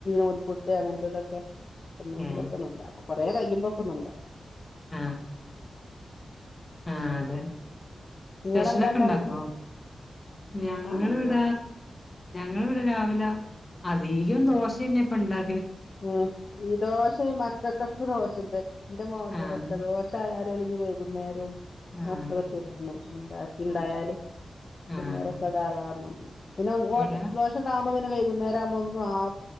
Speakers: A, on the left; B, on the left.
A: ഒ പുുട്ടത്തയാകത്തതക്കെ ഒെങ്കിലൊക്കന്ന
B: ഏഹ്
A: ഉണ്ടാക്കും കൊറെേ കഴിയുമ്പോൊ ഒക്ക ഒന്ന ഇണ്ടാക്കും
B: ആ ആ അതെ
A: നിങ്ങളെന്താ
B: സ്പെഷ്യലൊക്കെ
A: ഉണ്ടാക്കല്
B: ഉണ്ടാക്കോ ഞങ്ങിവിട
A: ആ ഞാൻ
B: ഞവിടെ രാവില അധികം ദോശ തന്നെ പണ്ടാ
A: ഉം ഈ ദോഷം ഈ മക്കൊക്ക റോ എന്തെ എ മക്ക
B: ആഹ്
A: വർഷ വകുന്നേരം
B: ആഹ്
A: മക്കളൊ തന്നു ഉണ്ടാക്കി ഉണ്ടായാല്
B: ആഹ്
A: പിന്നേരൊക്കെ
B: ആഹ് ആഹ്
A: അതായാ മതി പിന്നെ
B: ഇവിടെ
A: ദോഷ താമന പിുന്നരാമ ഒ ആ